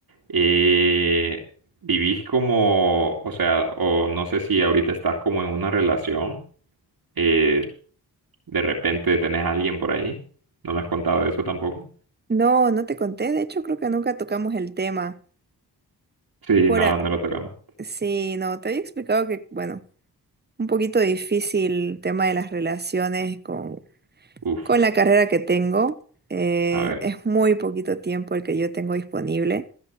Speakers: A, on the right; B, on the right.
A: Eh, ¿vivís como, o sea, o no sé si ahorita estás como en una relación? eh, de repente tenés a alguien por ahí. No me has contado eso tampoco.
B: No, no te conté, de hecho creo que nunca tocamos el tema.
A: Sí,
B: Por
A: no,
B: a-
A: no lo tocamos.
B: Sí, no, te había explicado que, bueno, un poquito difícil el tema de las relaciones con,
A: Uf,
B: con la carrera que tengo. Eh,
A: a ver.
B: es muy poquito tiempo el que yo tengo disponible.